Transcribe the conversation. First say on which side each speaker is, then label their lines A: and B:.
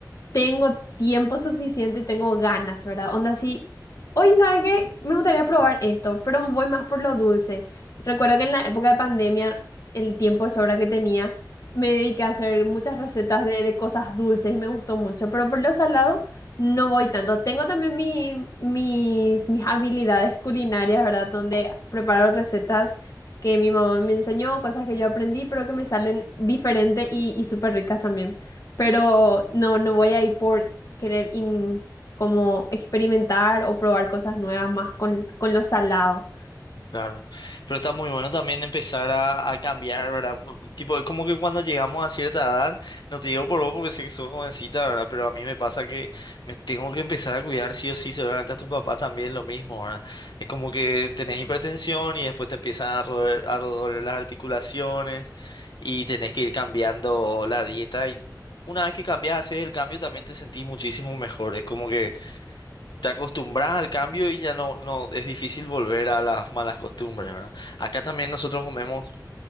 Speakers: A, on the left (about 50°); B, on the left (about 80°).
A: tengo tiempo suficiente y tengo ganas, ¿verdad? Onda así, hoy, ¿sabe qué? Me gustaría probar esto, pero voy más por lo dulce. Recuerdo que en la época de pandemia, el tiempo de sobra que tenía, me dediqué a hacer muchas recetas de, de cosas dulces y me gustó mucho, pero por lo salado no voy tanto. Tengo también mi- mis, mis habilidades culinarias, ¿verdad? Donde preparo recetas que mi mamá me enseñó, cosas que yo aprendí, pero que me salen diferentes y, y súper ricas también pero no, no voy a ir por querer in- como experimentar o probar cosas nuevas más con, con lo salado.
B: Claro, pero está muy bueno también empezar a, a cambiar, ¿verdad? Por- Tipo, es como que cuando llegamos a cierta edad, no te digo por vos porque sé que sos jovencita, ¿verdad? Pero a mí me pasa que me tengo que empezar a cuidar sí o sí, seguramente a tus papás también lo mismo, ¿verdad? Es como que tenés hipertensión y después te empiezan a roer- a doler las articulaciones y tenés que ir cambiando la dieta y una vez que cambias, haces el cambio, también te sentís muchísimo mejor, es como que te acostumbras al cambio y ya no, no es difícil volver a las malas costumbres, ¿verdad? Acá también nosotros comemos,